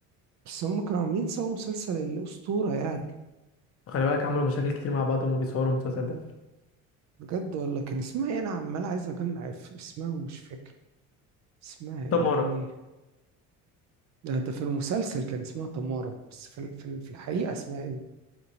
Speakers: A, on the right; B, on the left.
A: بس هم كانوا عاملين سوا مسلسل الاسطوره يعني
B: خلي بالك عملوا مشاكل كتير مع بعض وهم بيصوروا المسلسل ده
A: بجد ولا كان اسمها ايه انا عمال عايز اجمع اسمها ومش فاكر اسمها ايه
B: تمارا
A: ده ده في المسلسل كان اسمها تمارة بس في ال- في ال- في الحقيقة اسمها ايه؟